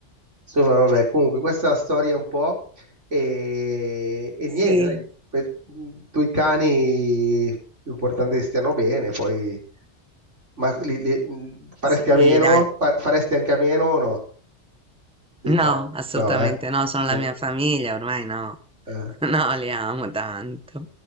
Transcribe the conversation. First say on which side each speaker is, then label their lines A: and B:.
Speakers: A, on the right; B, in the centre.
A: Insomma, vabbè, comunque questa è la storia un po' e, e niente,
B: Sì,
A: dai, per- due cani, l'importante è che stiano bene, poi ma li- li- faresti
B: sì,
A: a meno,
B: dai.
A: fa- faresti anche a meno o no dei
B: No,
A: cani?
B: assolutamente
A: No, eh?
B: no, sono la
A: No,
B: mia famiglia, ormai no.
A: eh,
B: <laughs> No, li amo tanto.